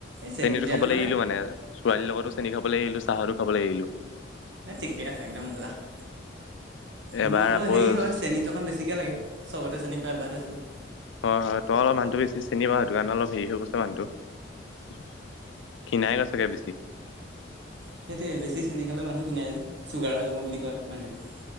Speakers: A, on the right; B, on the left.
A: চেনি
B: চেনিতো
A: দিয়াটো
B: খাবলৈ এৰিলো মানে। ছোৱালীৰ লগতো চেনি খাবলৈ এৰিলো, চাহতো খাবলৈ এৰিলো। <unintelligible>
A: এই ঠিকে আছে একদম মজা। <inaudible>
B: এবাৰ
A: মোৰ আকৌ হেৰি
B: অ',
A: হয় চেনিটো অকণ বেছিকৈ লাগে চবতে চেনি খোৱা অভ্যাসতো আছে যে। <unintelligible>
B: হয়-হয়, তই অলপ মানুহটো বেছি চেনি খোৱা সেইটো কাৰণে অলপ হেৰি হৈ গৈছ মানুহটো। <inaudible> ক্ষিনাই গৈচাগে বেছি। <unintelligible>
A: সেইটোৱে বেছি চেনি খালে মানুহ খিনাই চুগাৰ হৈ যাব বুলি কয় মানুহে। <inaudible>